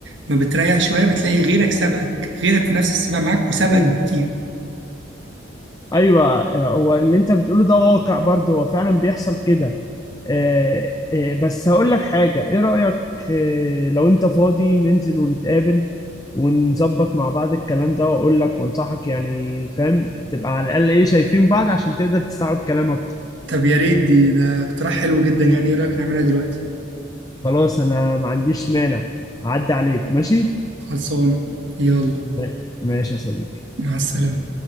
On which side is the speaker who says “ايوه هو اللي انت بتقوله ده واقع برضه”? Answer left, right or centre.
Left